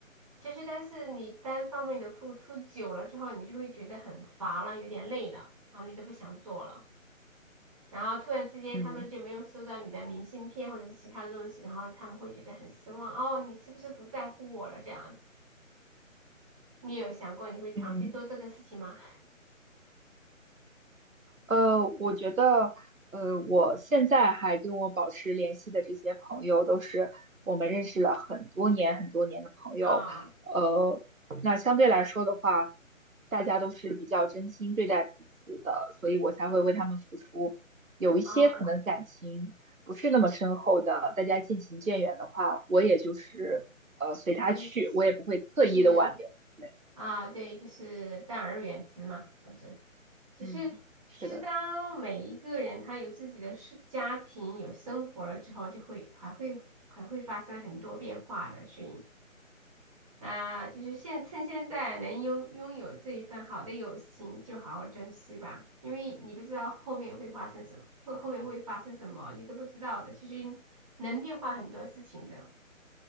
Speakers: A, on the right; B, on the right.
A: 其实，但是你单方面的付出久了之后，你就会觉得很乏了，有点累了，然后你都不想做了，然后突然之间他们就没有收到你的明信片或者是其他的东西，
B: 嗯
A: 然后他们会觉得很失望，哦，你是不是不在乎我了这样子？你有想过你会长期做这个事情吗？
B: 嗯。呃，我觉得，呃，我现在还跟我保持联系的这些朋友，都是我们认识了很多年、很多年的朋友。
A: <laughs> 啊
B: 呃，那相对来说的话，大家都是比较真心对待彼此的，所以我才会为他们付出。有一些可能感情不是那么深厚的，
A: 啊。
B: 大家渐行渐远的话，我也就是呃随他去，
A: 就是
B: 我也不会刻意的挽留。
A: 就是
B: 对，
A: 啊，对，就是淡而远之嘛，反正其实
B: 嗯，是的，
A: 其实当每一个人他有自己的事、家庭、有生活了之后，就会还会还会发生很多变化的，所以啊，就是现趁现在能拥拥有这一份好的友情，就好好珍惜吧，因为你不知道后面会发生什么，后后面会发生什么，你都不知道的，其实能变化很多事情的，